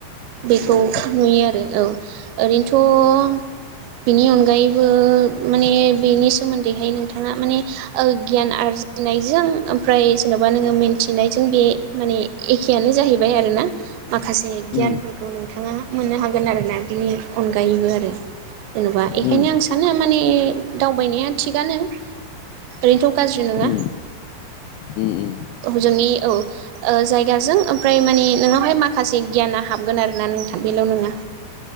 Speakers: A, on the right (about 85°); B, on the left (about 80°).
A: बेखौ
B: औ
A: नुयो आरो औ ओरैनोथ' बिनि अनगायैबो माने बेनि सोमोन्दैहाय नोंथाङा माने गियान आरजिनायजों ओमफ्राय जेन'बा नोङो मिथिनायजों बे माने एखेयानो जाहैबाय आरो ना माखासे गियानफोरखौ
B: उम
A: नों थांङा मोननो हागोन आरोना बिनि अनगायैबो आरो जेन'बा बेखायनो
B: उम
A: आं सा सानो माने दावबायनाया थिगानो ओरैनोथ' गाज्रि नङा
B: उम उम
A: जोंोंनि औ जायग बिगाजों ओमफ्राय माने नोंनावहाय माखासे गियाना हाबगोन आरोोना नोंथां बेल' नङा